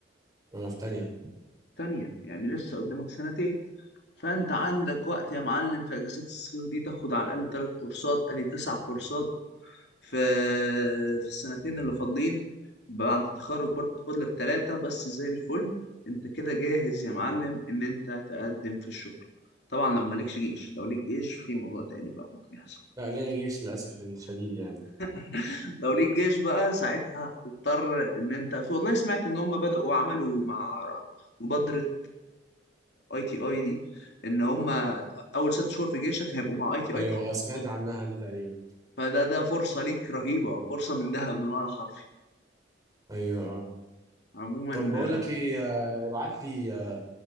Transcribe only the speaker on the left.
تانية يعني لسه قدامك سنتين فانت عندك وقت يا معلم في اجازات الصيف دي تاخد على الاقل ثلاث كورسات ادي تسع كورسات في في السنتين اللي فاضلين بعد التخرج برضه تاخد لك ثلاثة بس زي الفل انت كده جاهز يا معلم ان انت تقدم في الشغل طبعا لو مالكش جيش لو ليك جيش في موضوع تاني بقى ممكن يحصل
<laughs> لو ليك جيش بقى ساعتها هتضطر ان انت في والله سمعت ان هم بدأوا عملوا مع مبادرة اي تي اي دي ان هم اول ست شهور في جيشك هيبقوا مع اي تي
اي تاخد كورسات
فده ده فرصة ليك رهيبة فرصة من ذهب بمعنى حرفي
عموما